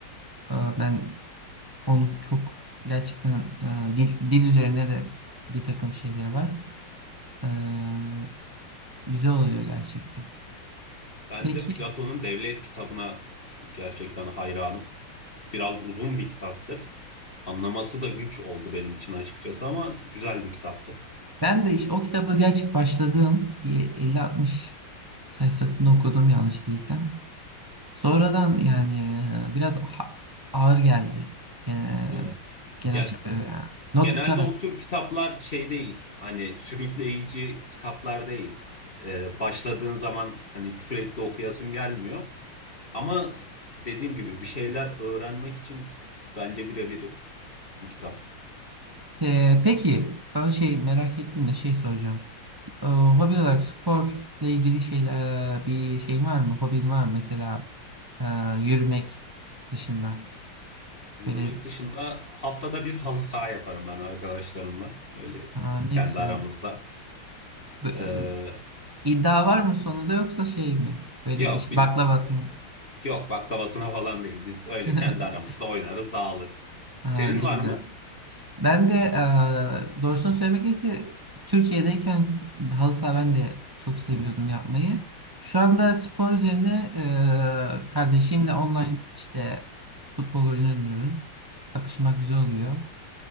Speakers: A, on the right (about 20°); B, on the left (about 25°).
A: aa, ben onu çok gerçekten aa, dil, dil üzerine de bir takım şeyleri var. Aa, Güzel oluyor gerçekten.
B: Ben
A: Peki
B: de Platon'un Devlet kitabına gerçekten hayranım. Biraz uzun bir kitaptır. Anlaması da güç oldu benim için açıkçası ama güzel bir kitaptı.
A: ben de iş, o kitabı gerçek başladığım bir 50-60 sayfasını okudum yanlış değilsem. Sonradan yani e, biraz ha- ağır geldi. Gene,
B: Evet.
A: genel
B: Ya
A: çap- e, yani not
B: genelde
A: tutarak.
B: o tür kitaplar şey değil. Hani sürükleyici kitaplar değil. Ee, başladığın zaman hani sürekli okuyasın gelmiyor. Ama dediğim gibi bir şeyler öğrenmek için bence birebir bir kitap.
A: E, peki sana şey merak ettiğim de şey soracağım. E, hobi olarak sporla ilgili şeyler e, bir şeyin var mı? Hobin var mı? Mesela e, yürümek dışında.
B: Yürümek
A: Böyle
B: dışında haftada bir halı saha yaparım ben arkadaşlarımla. Öyle
A: aa, ne
B: kendi
A: güzel.
B: aramızda.
A: Bö-
B: Ee,
A: İddia var mı sonunda yoksa şey mi? Böyle
B: yok
A: bir şey,
B: biz
A: baklavasını.
B: yok baklavasına falan değil. Biz öyle
A: <laughs>
B: kendi aramızda oynarız, dağılırız.
A: Aa,
B: Senin
A: ne
B: var
A: güzel.
B: mı?
A: Ben de eee doğrusunu söylemek gerekirse Türkiye'deyken halı saha ben de çok seviyordum yapmayı. Şu anda spor üzerine eee, kardeşimle online işte futbol oyunu oynuyorum. Kapışmak güzel oluyor.